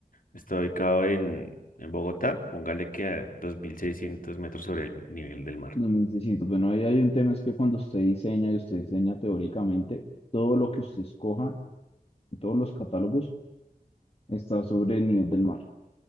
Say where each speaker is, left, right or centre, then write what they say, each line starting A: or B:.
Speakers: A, on the left (about 65°); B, on the left (about 40°).
A: está ubicado en, en Bogotá, póngale que a 2.600 metros sobre el nivel del mar.
B: No me necesito. Bueno, ahí hay un tema es que cuando usted diseña y usted diseña teóricamente, todo lo que usted escoja, todos los catálogos, está sobre el nivel del mar.